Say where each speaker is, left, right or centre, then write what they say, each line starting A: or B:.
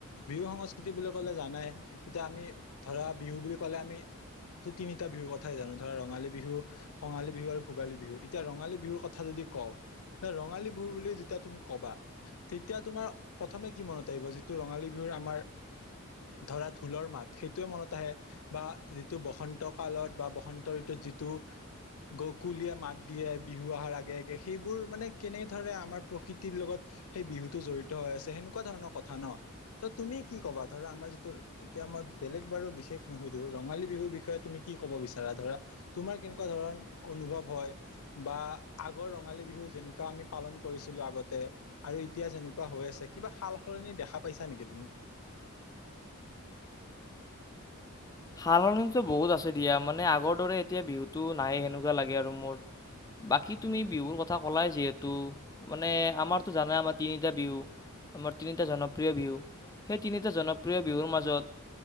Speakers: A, on the left; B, on the left.
A: বিহু সংস্কৃতি বুলি কলে জানাই এতিয়া আমি ধৰা বিহু বুলি ক'লে আমি ত তিনিটা বিহুৰ কথাই জানো ধৰা ৰঙালী বিহু, কঙালী বিহু আৰু ভোগালী বিহু। এতিয়া ৰঙালী বিহুৰ কথা যদি ক ৰঙালী বিহু বুলি যেতিয়া তুমি কবা, তেতিয়া তোমাৰ প্ৰথমে কি মনত আহিব যিটো ৰঙালী বিহুৰ আমাৰ ধৰা ঢোলৰ মাত সেইটোয়ে মনত আহে বা যিটো বসন্ত কালত বা বসন্ত ঋতুত যিটো <inaudible> গকুলীয়ে মাত দিয়ে বিহু অহাৰ আগে আগে সেইবোৰ মানে কেনে ধৰে আমাৰ প্ৰকৃতিৰ লগত সেই বিহুতটো জড়িত হৈ আছে সেনেকুৱা ধৰণৰ কথা ন। ত তুমি কি কবা ধৰা আমাৰ যিটো এতিয়া মই বেলেগ বাৰু বিশেষ নুসুধোঁ, ৰঙালী বিহুৰ বিষয়ে তুমি কি ক'ব বিচাৰা ধৰা তোমাৰ কেনেকুৱা ধৰণ অনুভৱ হয় বা আগৰ ৰঙালী বিহু যেনেকুৱা আমি পালন কৰ ছিলো আগতে আৰু এতিয়া যেনেকুৱা হৈ আছে কিবা সাল সলনি দেখা পাইছা নেকি তুমি?
B: সাল সলনিটো বহুত আছে দিয়া মানে আগৰ দৰে এতিয়া বিহুতো নাই সেনেকুৱা লাগে আৰু। মোৰ। বাকি তুমি বিহুৰ কথা কলাই যিহেতু মানে আমাৰতো জানাই আমাৰ তিনিটা বিহু। আমাৰ তিনিটা জনপ্ৰিয় বিহু সেই তিনিটা জনপ্ৰিয় বিহুৰ মাজত,